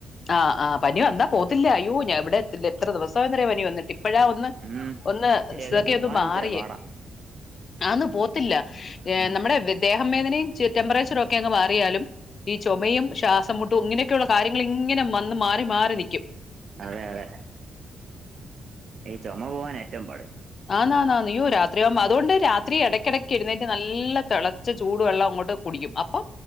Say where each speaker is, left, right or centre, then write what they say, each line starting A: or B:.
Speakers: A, on the left; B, on the right.
A: ആഹ ആഹ പനി വന്നാ പോവത്തില്ല അയ്യോ ഞാൻ ഇവിടെ എത്ര ദിവസം ആയന്നോ പനി വന്നിട്ട് ഇപ്പോഴാ ഒന്ന്
B: ഉം
A: ഒന്ന്
B: ശരിയായത്
A: ഇതൊക്കെ
B: പോവാൻ
A: ഒന്ന് മാറിയേ
B: ഇച്ചിരി പാടാ
A: ആന്നു പോവത്തില്ല
B: ഉം
A: നമ്മുടെ ദേഹം വേദനയും ടെമ്പറേച്ചർ ഒക്കെ ഒക്കെ മാറിയാലും ഈ ചുമയും ശ്വാസംമുട്ടും ഇങ്ങനെയക്കെയുള്ള കാര്യങ്ങൾ ഇങ്ങനെ വന്ന് മാറി മാറി നിക്കും
B: അതെ അതെ ചുമ പോവാനാ ഏറ്റവും പാട്
A: ആന്ന് ആന്ന് ആന്ന് അയ്യോ രാത്രിയാകുമ്പോ അതുകൊണ്ട് രാത്രി ഇടയ്ക്കിടയ്ക്ക് ഇരുന്നേറ്റ് നല്ല നല്ല തിളച്ച ചൂടുവെള്ളം അങ്ങോട്ട് കുടിക്കും അപ്പം